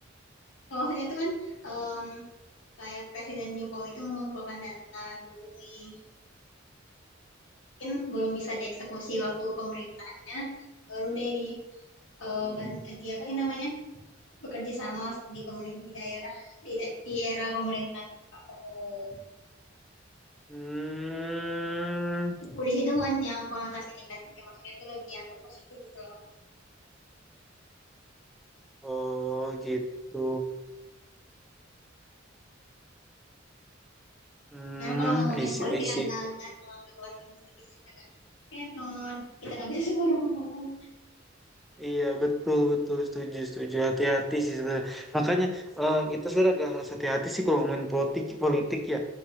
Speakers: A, on the left; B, in the centre.
A: Maksudnya tuh kan em, kayak Presiden Jokowi itu mengumpulkan data dulu nih, mungkin belum bisa dieksekusi waktu pemerintahannya, baru deh di eh, ban- di apa sih namanya? bekerja sama di pemerintah di daerah di, da- di era pemerintahan Pak Prabowo.
B: Hmm,
A: Politik itu bukan yang konotasi negatif ya maksudnya itu lebih yang ke positif gitu loh.
B: oh gitu. Hmm,
A: Karena kalau ngomongin
B: I see,
A: politik
B: I see.
A: agak agak agak warning sedikit sih agak kenon kita nggak bisa <laughs> semua orang ngomong.
B: Iya betul betul setuju setuju hati-hati sih sebenarnya makanya eh, kita sebenarnya agak harus hati-hati sih kalau main politik politik ya